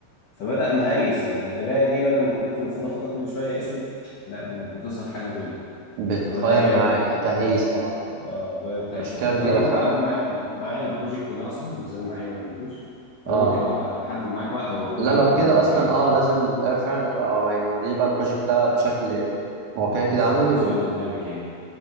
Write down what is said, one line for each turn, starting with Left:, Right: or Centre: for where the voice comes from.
Left: فبدأ مهيس يعني القراية دي بدل ما كنت المفروض آخدها كل شوية أسود لا بقت بتظهر حاجة بيضاء
Right: بتغير
Left: فبدأ يعمل
Right: معاك
Left: ايه
Right: اه تهيس
Left: اه
Right: اه
Left: اه بدأ يتهيس
Right: مشكلة
Left: معاك
Right: كبيرة
Left: انا برضه
Right: فعلا
Left: على العموم معايا معايا البروجكت ده اصلا ما زال معايا ما رميتوش
Right: اه
Left: فانا ممكن ابقى احدد معاك وقت اوريه
Right: لا
Left: لك
Right: لو
Left: على ارض
Right: كده
Left: الواقع
Right: اصلا
Left: يعني
Right: اه لازم نتقابل فعلا نبقى يعني وريني بقى البروجكت ده بشكل واقعي
Left: بالظبط
Right: كده عملي
Left: انا شغاله قدامك يعني